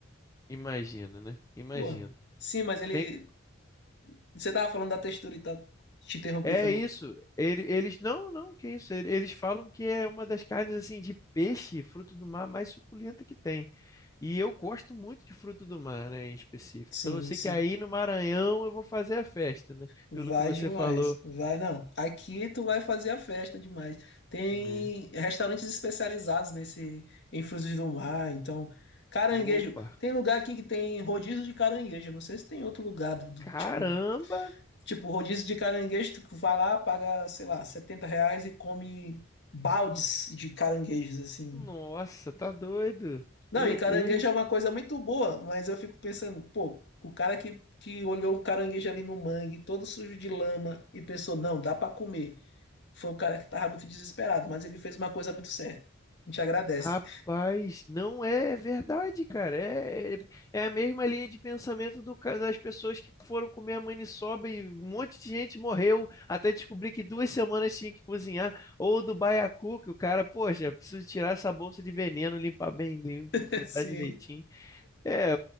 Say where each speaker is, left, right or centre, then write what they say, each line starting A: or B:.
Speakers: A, on the left (about 15°); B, on the left (about 55°).
A: imagina, né? Imagina.
B: Pô. Sim, mas ele,
A: Tem
B: você tava falando da textura e tal. Te interrompi,
A: É
B: foi mal.
A: isso. Ele- eles não, não, que isso. Ele- Eles falam que é uma das carnes assim de peixe, fruto do mar mais suculenta que tem. E eu gosto muito de fruto do mar, né, em específico.
B: Sim,
A: Então eu sei
B: sim.
A: que aí no Maranhão eu vou fazer a festa, né?
B: Vai
A: Pelo que você
B: demais,
A: falou.
B: vai não. Aqui tu vai fazer a festa demais. Tem
A: É.
B: restaurantes especializados nesse em frutos do mar, então caranguejo.
A: Opa,
B: Tem lugar aqui que tem rodízio de caranguejo. Não sei se tem outro lugar do, do-
A: caramba!
B: tipo, tipo rodízio de caranguejo. Tu vai lá, paga, sei lá, 70 reais e come baldes de caranguejos assim.
A: Nossa, tá doido.
B: Não,
A: E,
B: e caranguejo
A: e.
B: é uma coisa muito boa, mas eu fico pensando, pô, o cara que, que olhou o caranguejo ali no mangue, todo sujo de lama, e pensou, não, dá pra comer. Foi um cara que tava muito desesperado, mas ele fez uma coisa muito certa. A gente agradece.
A: Rapaz, não é é verdade, cara. É, é, é a mesma linha de pensamento do, ca- das pessoas que foram comer a maniçoba e um monte de gente morreu até descobrir que duas semanas tinha que cozinhar. Ou do baiacu, que o cara, poxa, preciso tirar essa bolsa de veneno, limpar bem limpo,
B: <laughs>
A: fritar
B: Sim,
A: direitinho. É,